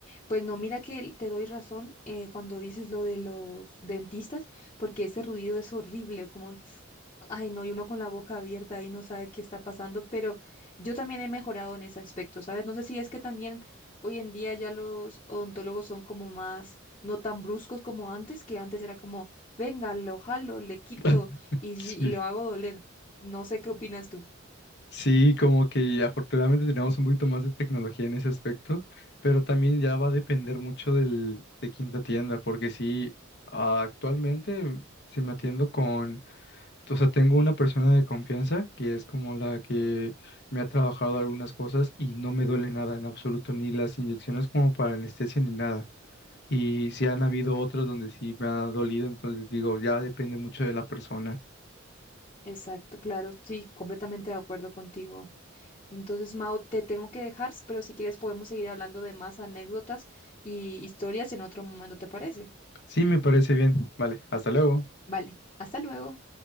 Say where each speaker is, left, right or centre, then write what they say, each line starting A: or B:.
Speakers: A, on the left; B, on the left.
A: pues no, mira que te doy razón eh, cuando dices lo de los dentistas, porque ese ruido es horrible, como, tss, ay no, y uno con la boca abierta y no sabe qué está pasando, pero yo también he mejorado en ese aspecto, ¿sabes? No sé si es que también hoy en día ya los odontólogos son como más, no tan bruscos como antes, que antes era como, venga, lo jalo, le quito
B: <laughs>
A: y, y
B: Sí.
A: y lo hago doler. No sé qué opinas tú.
B: Sí, como que afortunadamente tenemos un poquito más de tecnología en ese aspecto, pero también ya va a depender mucho del, de quinta tienda, porque sí, ah, actualmente si me atiendo con, o sea, tengo una persona de confianza que es como la que me ha trabajado algunas cosas y no me duele nada en absoluto, ni las inyecciones como para anestesia ni nada. Y si han habido otros donde sí me ha dolido, entonces digo, ya depende mucho de la persona.
A: Exacto, claro, sí, completamente de acuerdo contigo. Entonces, Mao, te tengo que dejar, pero si quieres podemos seguir hablando de más anécdotas y historias en otro momento, ¿te parece?
B: Sí, me parece bien. Vale, hasta luego.
A: Vale, hasta luego.